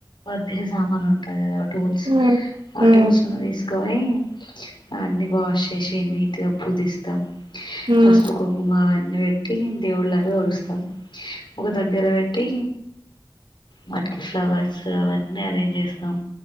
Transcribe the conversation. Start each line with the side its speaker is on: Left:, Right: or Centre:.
Left: దేవుని సామాను ఉంటది కదా టూల్స్
Right: ఉమ్
Left: ఆ
Right: ఉమ్
Left: టూల్స్ ను తీసు కపోయి అన్ని వాష్ జేసీ నీటిగా పూజి తం
Right: ఉమ్
Left: పసుపు కుంకుమ అవ పెట్టి దేవుళ్లకు పోలుస్తాం ఒక దగ్గర పెట్టి వాటికి ఫ్లవర్స్ అవన్నీ అరేంజ్ చేస్తాం